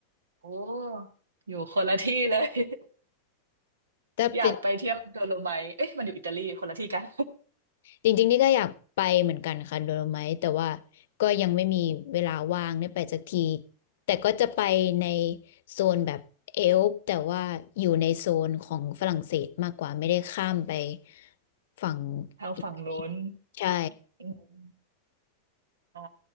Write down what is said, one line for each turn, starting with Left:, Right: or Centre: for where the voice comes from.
Right: โอ้อยู่คนละที่เลย <laughs>
Left: แต่เป็น
Right: อยากไปเที่ยวโดโลไมท์เอ๊ะมันอยู่อิตาลีคนละที่กัน
Left: จริงๆนี่ก็อยากไปเหมือนกันค่ะโดโลไมท์แต่ว่าก็ยังไม่มีเวลาว่างได้ไปสักทีแต่ก็จะไปในโซนแบบเอลป์แต่ว่าอยู่ในโซนของฝรั่งเศสมากกว่าไม่ได้ข้ามไปฝั่ง
Right: <laughs> ทางฝั่งโน้น
Left: อิตาลีใช่
Right: อืมอ่า